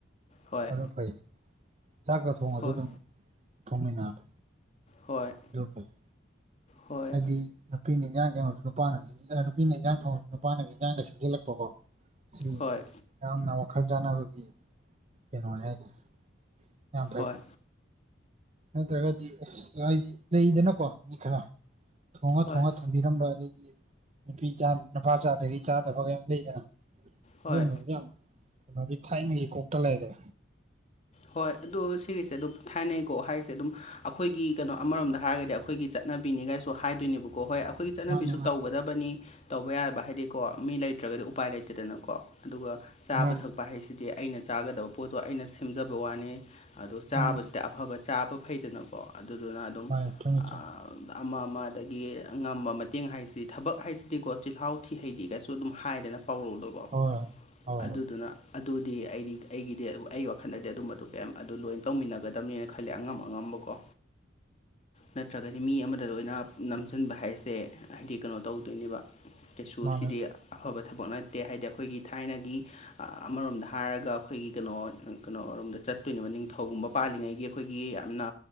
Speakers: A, on the left (about 35°); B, on the right (about 35°).
A: ꯍꯣꯏ
B: ꯑꯗꯨ ꯐꯩ ꯆꯥꯛꯀ ꯊꯣꯉꯁꯨ
A: ꯍꯣꯏ
B: ꯑꯗꯨꯝ ꯊꯣꯡꯃꯤꯟꯅꯕꯗꯣ
A: ꯍꯣꯏ
B: ꯄꯜ <inaudible>
A: ꯍꯣꯏ
B: ꯍꯥꯏꯗꯤ ꯅꯨꯄꯤꯅ ꯏꯟꯖꯥꯡ <inaudible> ꯊꯪꯨꯔꯁꯨ ꯅꯨꯄꯥꯅ ꯅꯨꯄꯤꯅ ꯏꯟꯖꯥꯡ ꯊꯣꯡꯉꯁꯨ ꯅꯨꯄꯥꯅꯒꯤ ꯏꯟꯖꯥꯡꯗ ꯁꯦꯝꯖꯤꯜꯂꯛꯄꯀꯣ ꯑꯁꯤ
A: ꯍꯣꯏ
B: ꯌꯥꯝꯅ ꯋꯥꯈꯜ ꯆꯥꯟꯅꯕꯒꯤ ꯀꯩꯅꯣꯅꯦ ꯍꯥꯏꯇꯥꯔꯦ ꯌꯥꯝ ꯐꯩ
A: ꯍꯣꯏ
B: ꯅꯠꯇ꯭ꯔꯒꯗꯤ ꯑꯁ ꯍꯥꯏ ꯂꯩꯗꯅꯀꯣ ꯃꯤ ꯈꯔ ꯊꯣꯡꯉ
A: ꯍꯣꯏ
B: ꯊꯣꯡꯉ ꯊꯝꯕꯤꯔꯝꯕ ꯑꯗꯒꯤ ꯅꯨꯄꯤ ꯅꯨꯄꯥ ꯆꯥꯗꯒꯤ ꯆꯥꯗꯕ ꯀꯩ ꯂꯩꯗꯅ
A: ꯍꯣꯏ
B: ꯑꯗꯨꯒꯨꯝꯕꯗꯨꯗꯤ ꯌꯥꯝ ꯀꯩꯅꯣꯗꯤ ꯊꯥꯏꯅꯒꯤ ꯀꯣꯛꯇ ꯂꯩꯒ꯭ꯔꯦ
A: ꯍꯣꯏ ꯑꯗꯨ ꯁꯤꯒꯤꯁꯦ ꯑꯗꯨꯝ ꯊꯥꯏꯅꯩꯀꯣ ꯍꯥꯏꯁꯦ ꯑꯗꯨꯝ ꯑꯩꯈꯣꯏꯒꯤ ꯀꯩꯅꯣ ꯑꯃꯔꯣꯝꯗ ꯍꯥꯏꯔꯒꯗꯤ ꯑꯩꯈꯣꯏꯒꯤ ꯆꯠꯅꯕꯤꯅꯤꯒꯥꯏꯁꯨ ꯍꯥꯏꯗꯣꯏꯅꯦꯕꯀꯣ ꯍꯣꯏ ꯑꯩꯈꯣꯏꯒꯤ ꯆꯠꯅꯕꯤꯁꯨ
B: ꯃꯥꯅꯤ ꯃꯥꯅꯤ
A: ꯇꯧꯒꯗꯕꯅꯤ ꯇꯧꯕ ꯌꯥꯕ ꯍꯥꯏꯗꯤꯀꯣ ꯃꯤ ꯂꯩꯇ꯭ꯔꯒꯗꯤ ꯎꯄꯥꯏ ꯂꯩꯇꯗꯅꯀꯣ ꯑꯗꯨꯒ ꯆꯥꯕ
B: ꯃꯥꯅꯤ
A: ꯊꯛꯄ ꯍꯥꯏꯁꯤꯗꯤ ꯑꯩꯅ ꯆꯥꯒꯗꯕ ꯄꯣꯠꯇꯣ ꯑꯩꯅ ꯁꯦꯝꯖꯕ ꯋꯥꯅꯦ ꯑꯗꯣ ꯆꯥꯕꯁꯤꯗ
B: ꯃꯥꯅꯤ
A: ꯑꯐꯕ ꯆꯥꯕ ꯐꯩꯗꯅꯀꯣ ꯑꯗꯨꯗꯨꯅ ꯑꯗꯨꯝ
B: ꯃꯥꯅꯤ ꯆꯨꯝꯃꯤ
A: ꯑꯥ
B: ꯆꯨꯝꯃꯤ
A: ꯑꯃ ꯑꯃ ꯑꯗꯒꯤ ꯉꯝꯕ ꯃꯇꯦꯡ ꯍꯥꯏꯁꯤꯗꯤ ꯊꯕꯛ ꯍꯥꯏꯁꯤꯗꯤꯀꯣ ꯆꯤꯜꯍꯥꯎ ꯊꯤ ꯍꯩꯗꯤꯒ ꯁꯨ ꯑꯗꯨꯝ ꯍꯥꯏꯗꯅ ꯄꯧꯔꯛꯗꯣꯀꯣ
B: ꯍꯣꯏ ꯍꯣꯏ
A: ꯑꯗꯨꯗꯨꯅ
B: ꯍꯣꯏ
A: ꯑꯗꯨꯗꯤ ꯑꯩꯗꯤ ꯑꯩꯒꯤꯗꯤ ꯑꯩ ꯈꯅꯗꯤ ꯑꯗꯨꯝꯕꯗꯨ ꯀꯌꯥꯝ ꯑꯗꯨ ꯂꯣꯏꯅ ꯇꯧꯃꯤꯟꯅꯒꯗꯕꯅꯦꯅ ꯈꯜꯂꯦ ꯑꯉꯝ ꯑꯉꯝꯕꯀꯣ ꯅꯠꯇ꯭ꯔꯒꯗꯤ ꯃꯤ ꯑꯃꯗ ꯂꯣꯏꯅ ꯅꯝꯁꯤꯟꯕ ꯍꯥꯏꯁꯦ ꯍꯥꯏꯗꯤ ꯀꯩꯅꯣ ꯇꯧꯗꯣꯏꯅꯦꯕ ꯀꯩꯁꯨ
B: ꯃꯥꯅꯦ
A: ꯑꯁꯤꯗꯤ ꯑꯐꯕ ꯊꯕꯛ ꯅꯠꯇꯦ ꯍꯥꯏꯗꯤ ꯑꯩꯈꯣꯏꯒꯤ ꯊꯥꯏꯅꯒꯤ ꯑꯃꯔꯣꯝꯗ ꯍꯥꯏꯔꯒ ꯑꯩꯈꯣꯏꯒꯤ ꯀꯩꯅꯣ ꯀꯩꯅꯣꯔꯣꯝꯗ ꯆꯠꯇꯣꯏꯅꯦꯕ ꯅꯤꯡꯊꯧꯒꯨꯝꯕ ꯄꯥꯜꯂꯤꯉꯩꯒꯤ ꯑꯩꯈꯣꯏꯒꯤ ꯌꯥꯝꯅ